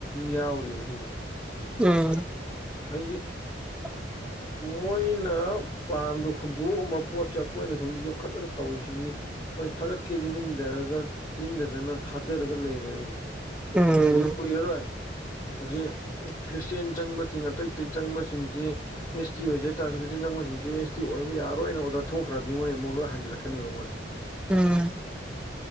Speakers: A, on the left; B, in the centre.
A: ꯌꯥꯎꯔꯤꯕꯕ ꯁꯤꯒꯤꯁꯨ
B: ꯎꯝ
A: ꯍꯥꯏꯗꯤ
B: <inaudible>
A: ꯃꯣꯏꯅ ꯄꯥꯝꯗ ꯍꯨꯟꯗꯣꯛꯑꯝꯕ ꯄꯣꯠꯁꯦ ꯑꯩꯈꯣꯏꯅ ꯁꯣꯝꯗ ꯌꯣꯛꯈꯠꯂꯒ ꯇꯧꯔꯤꯁꯤꯗꯤ ꯍꯣꯏ ꯊꯥꯒꯠꯀꯦꯗꯤ ꯅꯤꯡꯗꯔꯒ ꯅꯤꯡꯊꯗꯅ ꯊꯥꯗꯔꯒ ꯂꯩꯔꯦ ꯍꯧꯖꯤꯛꯁꯦ
B: ꯎꯝ ꯎꯝ
A: ꯍꯧꯖꯤꯛ ꯀꯨꯏꯔꯔꯣꯏ ꯍꯧꯖꯤꯛ ꯈ꯭ꯔꯤꯁꯇꯌꯥꯦꯟ ꯆꯪꯕꯁꯤꯡ ꯑꯇꯩ ꯑꯇꯩ ꯆꯪꯕꯁꯤꯡꯁꯤ ꯑꯦꯁ ꯇꯤ ꯑꯣꯏꯖꯥꯔꯁꯨꯆꯤꯟꯖꯡꯎꯣꯏꯁꯤꯡꯁꯦ ꯑꯦꯁ ꯇꯤ ꯑꯣꯏꯕ ꯌꯥꯔꯣꯏꯅ ꯑꯣꯔꯗꯔ ꯊꯣꯛꯈ꯭ꯔꯗꯤ ꯃꯣꯏ ꯑꯃꯨꯛ ꯂꯣꯏ ꯍꯟꯖꯤꯜꯂꯛꯀꯅꯦꯕ ꯃꯣꯏ
B: ꯎꯝ